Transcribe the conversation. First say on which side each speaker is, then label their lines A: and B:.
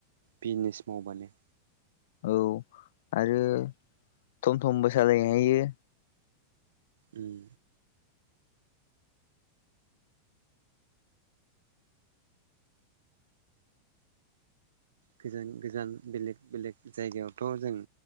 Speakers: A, on the right; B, on the left.
A: बिजिनेस मावबानो
B: औ आरो थम थमबो सालायनो हायो।
A: उम गोजान गोजान बेलेग बेलेग जायगायावथ' जों